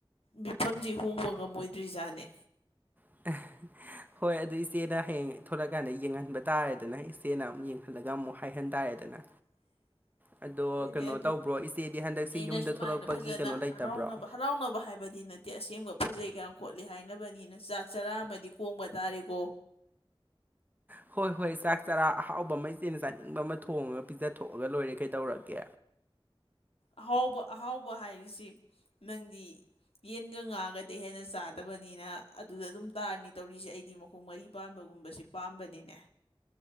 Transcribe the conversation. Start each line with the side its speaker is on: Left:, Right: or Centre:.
Left: ꯃꯤꯐꯝꯁꯤ ꯍꯣꯡꯕ ꯉꯝꯃꯣꯏꯗ꯭ꯔꯤꯖꯥꯠꯅꯦ
Right: <unintelligible> ꯍꯣꯏ ꯑꯗꯨ ꯏꯆꯦꯅ ꯍꯌꯦꯡ ꯊꯣꯛꯂꯛꯀꯥꯟꯗ ꯌꯦꯡꯍꯟꯕ ꯇꯥꯔꯦꯗꯅ ꯏꯆꯦꯅ ꯑꯃꯨꯛ ꯌꯦꯡꯍꯜꯂꯒ ꯑꯃꯨꯛ ꯍꯥꯏꯍꯟ ꯇꯥꯔꯦꯗꯅ
Left: <inaudible>
Right: ꯑꯗꯣ
Left: ꯑꯣꯏꯅꯧ
Right: ꯀꯩꯅꯣ
Left: ꯑꯗꯨ
Right: ꯇꯧꯕ꯭ꯔꯣ ꯏꯆꯦꯗꯤ ꯍꯟꯗꯛꯁꯤ
Left: ꯑꯩꯅ
Right: ꯌꯨꯝꯗ
Left: ꯁꯨꯃꯥꯏꯅ
Right: ꯊꯣꯛꯂꯛꯄꯒꯤ
Left: ꯐꯖꯅ
Right: ꯀꯩꯅꯣ ꯂꯩꯇꯕ꯭ꯔꯣ
Left: ꯍꯔꯥꯎꯅꯕ ꯍꯔꯥꯎꯅꯕ ꯍꯥꯏꯕꯗꯤ ꯅꯠꯇꯦ ꯤ ꯑꯁꯦꯡꯕ ꯐꯖꯩ ꯈꯣꯠꯂꯤ ꯍꯥꯏꯅꯕꯅꯤꯅ ꯆꯥꯛ ꯆꯔꯥ ꯑꯃꯗꯤ ꯀꯣꯡꯕ ꯇꯥꯔꯦꯀꯣ
Right: ꯍꯣꯏ ꯍꯣꯏ ꯆꯥꯛ ꯆꯔꯥ ꯑꯍꯥꯎꯕ ꯑꯃ ꯏꯆꯦꯅ ꯆꯥꯅꯤꯡꯕ ꯑꯃ ꯊꯣꯡꯉꯒ ꯄꯤꯖꯊꯣꯛꯑꯒ ꯂꯣꯏꯔꯦ ꯀꯩꯗꯧꯔꯒꯦ
Left: ꯑꯍꯥꯎꯕ ꯑꯍꯥꯎꯕ ꯍꯥꯏꯔꯤꯁꯤ ꯅꯪꯗꯤ ꯌꯦꯟꯒ ꯉꯥꯒꯗꯤ ꯍꯦꯟꯅ ꯆꯥꯗꯕꯅꯤꯅ ꯑꯗꯨꯗ ꯑꯗꯨꯝ ꯇꯥꯔꯅꯤ ꯇꯧꯔꯤꯁꯦ ꯑꯩꯗꯤ ꯃꯈꯣꯡ ꯈꯣꯡ ꯃꯔꯤ ꯄꯥꯟꯕꯒꯨꯝꯕꯁꯤ ꯄꯥꯝꯕꯅꯤꯅꯦ